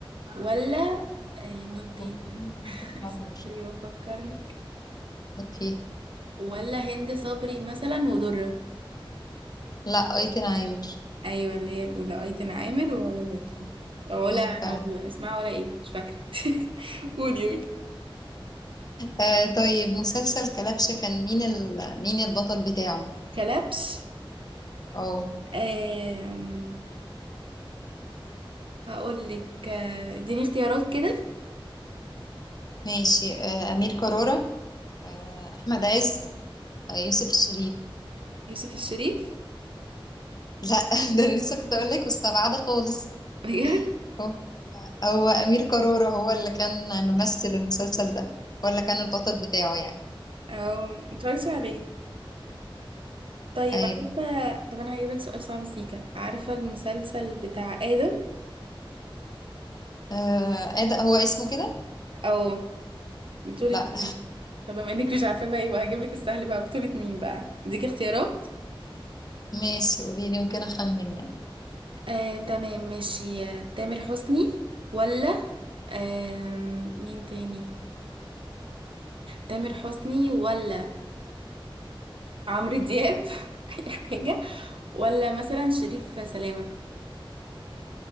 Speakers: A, on the right; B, on the left.
A: ولا آه مين تاني
B: أوه، أيتن
A: <laughs> استني
B: عامر.
A: بفكر لك
B: فيها
A: ولا هند صبري مثلا ودرة
B: لا ايتن عامر
A: ايوه اللي هي الاولى ايتن عامر ولا زكي أو ولا
B: فيها فعلا
A: اسمها ولا ايه مش فاكره <laughs> قولي قولي
B: آه طيب مسلسل كلبشة كان مين ال... مين البطل بتاعه
A: كلبش
B: اه
A: آم... هقول لك آه، اديني اختيارات كده
B: ماشي آه امير كرارة آه احمد عز آه يوسف الشريف
A: يوسف الشريف
B: لا <laughs> ده أنا لسه كنت اقول لك مستبعده خالص
A: <laughs> بجد
B: هو هو امير كرارة هو اللي كان ممثل المسلسل ده ولا كان البطل بتاعه يعني
A: او متفرجتش عليه طيب
B: ايوه
A: عارفه طب انا هجيب لك سؤال صعب سيكا عارفه المسلسل بتاع ادم
B: آه ده هو اسمه كده
A: او بطولة
B: لا
A: مين طب بما انك مش عارفة بقى يبقى هجيب لك السهل بقى بطولة مين بقى اديك اختيارات
B: <laughs> ماشي قولي لي يمكن اخمن يعني
A: آه، تمام ماشي آه، تامر حسني ولا آم، مين تاني تامر حسني ولا عمرو دياب <laughs> اي حاجة ولا مثلا شريف سلامة